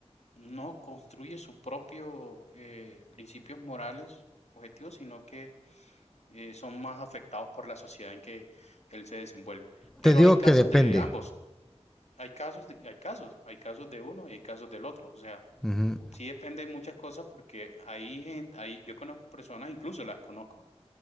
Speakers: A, on the left; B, in the centre.
A: no construye sus propios eh, principios morales, objetivos, sino que eh, son más afectados por la sociedad en que él se desenvuelve. Pero
B: Te digo
A: hay casos
B: que depende.
A: de ambos, hay casos de- hay casos, hay casos de uno y hay casos del otro. O sea,
B: Ujú.
A: sí depende de muchas cosas porque hay gente, hay, yo conozco personas, incluso las conozco